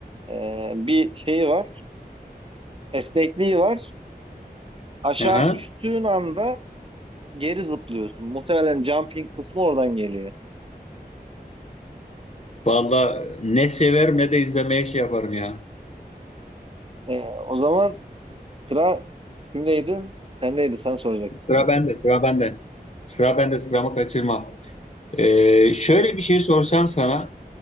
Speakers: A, on the right; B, on the left.
A: e, bir şeyi var. Esnekliği var. Aşağı
B: Aha.
A: düştüğün anda geri zıplıyorsun. Muhtemelen jumping kısmı oradan geliyor.
B: Vallahi ne severim ne de izlemeye şey yaparım ya.
A: E, o zaman sıra kimdeydi? Sendeydi. Sen soracaktın
B: Sıra
A: sanki.
B: bende, sıra bende. Sıra bende, sıramı kaçırma. Ee, şöyle bir şey sorsam sana,